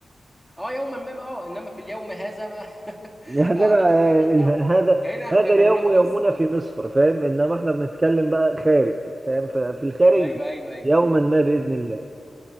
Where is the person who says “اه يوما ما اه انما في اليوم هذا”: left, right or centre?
Centre